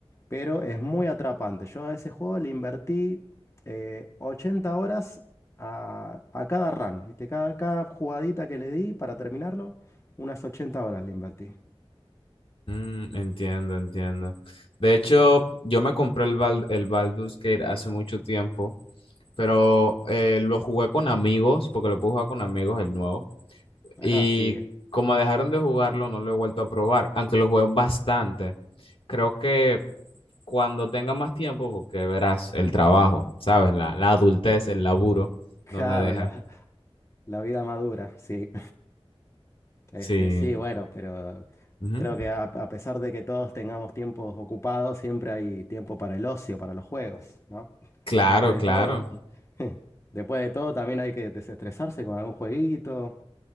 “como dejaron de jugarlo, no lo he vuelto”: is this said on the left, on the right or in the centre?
Left